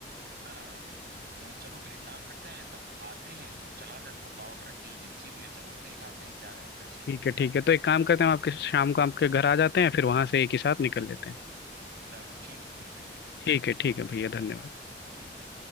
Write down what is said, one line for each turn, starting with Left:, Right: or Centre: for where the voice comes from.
Right: <laughs> हाँ तो चलो फिर एक काम करते हैं तब आते हैं तो चला जाए देखो पावर ट्रैक की एजेंसी भी है चलो देख आते हैं क्या है कैसे
Left: ठीक
Right: है
Left: है ठीक है तो एक काम करते हैं हम आपके शाम को आपके घर आ जाते हैं फिर वहां से एक ही साथ निकल लेते हैं
Right: चलो ठीक ठीक है ठीक
Left: ठीक है ठीक है भैया धन्यवाद
Right: ठीक है